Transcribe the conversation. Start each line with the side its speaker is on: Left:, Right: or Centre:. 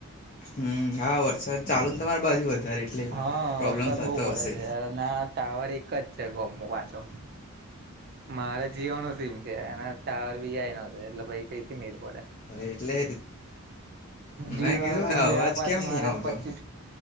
Left: હમ હા વરસાદ ચાલુ ને તમારી બાજુ વધારે એટલે
Right: હા
Left: પ્રોબ્લેમ
Right: વરસાદ
Left: થતો
Right: બહુ પડે
Left: હશે
Right: છેયાર ના ટાવર એક જ છે ગમો પાછો મારા જીઓ ન સીમ છે એ ટાવર વીઆઈ ન છે એટલે ભાઈ કઈથી મેર પડે
Left: એટલે મેં
Right: જીઓ
Left: કીધું
Right: નું સીમ
Left: અવાજ
Right: લેવા પાછુ
Left: કેમ
Right: મારે
Left: નહી આવતો
Right: પચીસ